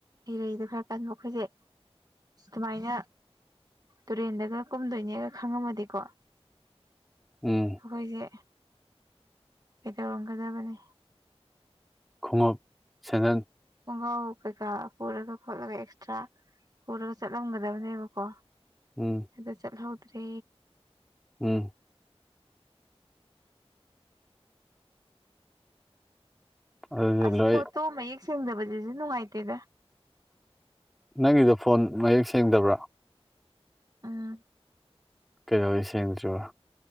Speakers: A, on the right; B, in the centre.
A: ꯏꯔꯩꯗ ꯈꯔ ꯀꯟꯕ ꯑꯩꯈꯣꯏꯁꯦ ꯀꯃꯥꯏꯅ ꯇꯨꯔꯦꯟꯗꯒ ꯀꯨꯝꯗꯣꯏꯅꯦꯒ ꯈꯪꯉꯝꯃꯗꯤꯀꯣ
B: ꯎꯝ
A: ꯑꯩꯈꯣꯏꯁꯦ ꯀꯩꯗꯧꯔꯝꯒꯗꯕꯅꯤ
B: ꯈꯣꯡꯎꯞ ꯁꯦꯟꯗꯟ
A: ꯈꯣꯡꯒ꯭ꯔꯥꯎ ꯀꯩꯀꯥ ꯄꯨꯔꯒ ꯈꯣꯠꯂꯒ ꯑꯦꯛꯁꯇ꯭ꯔꯥ ꯄꯨꯔꯒ ꯆꯠꯂꯝꯒꯗꯕꯅꯦꯕꯀꯣ
B: ꯎꯝ
A: ꯑꯗ ꯆꯠꯍꯧꯗ꯭ꯔꯦ
B: ꯎꯝ ꯑꯗꯨꯗꯤ
A: ꯑꯁ
B: ꯂꯣꯏ
A: ꯐꯣꯇꯣ ꯃꯌꯦꯛ ꯁꯦꯡꯗꯕꯁꯤꯁꯨ ꯅꯨꯡꯉꯥꯏꯇꯦꯗ
B: ꯅꯪꯒꯤꯗꯣ ꯐꯣꯟ ꯃꯌꯦꯛ ꯁꯦꯡꯗꯕ꯭ꯔꯥ
A: ꯑꯝ
B: ꯀꯩꯗꯧꯕꯩ ꯁꯦꯡꯗ꯭ꯔꯤꯕ